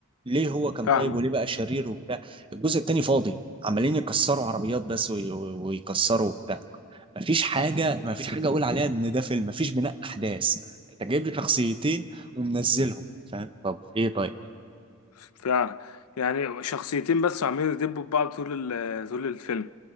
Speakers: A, on the right; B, on the left.
A: ليه هو كان
B: فاهمك
A: طيب وليه بقى شرير وبتاع الجزء التاني فاضي عمالين يكسروا عربيات بس وي- ويكسروا وبتاع مفيش حاجه مفيش حاجه اقول عليها ان ده فيلم مفيش بناء احداث انت جايب لي شخصيتين ومنزلهم فاهم طب ايه طيب
B: فعلا يعني شخصيتين بس عمالين يدبوا في بعض طول ال- طول الفيلم